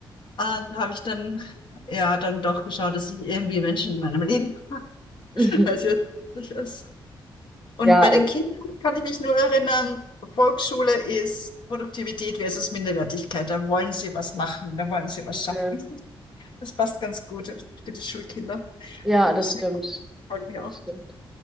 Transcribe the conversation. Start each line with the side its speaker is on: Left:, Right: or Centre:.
Left: ähm, habe ich dann ja dann doch geschaut, dass ich irgendwie Menschen in meinem Leben, <laughs>
Centre: <laughs>
Left: weil es ja so wichtig ist. Und
Centre: Ja,
Left: bei den
Centre: äh,
Left: Kindern kann ich mich nur erinnern, Volksschule ist Produktivität versus Minderwertigkeit. Da wollen sie was machen, da wollen sie was
Centre: okay.
Left: schaffen. Das passt ganz gut für die Schulkinder.
Centre: Ja,
Left: Die müssen
Centre: das stimmt.
Left: ja
Centre: Das
Left: auch.
Centre: stimmt.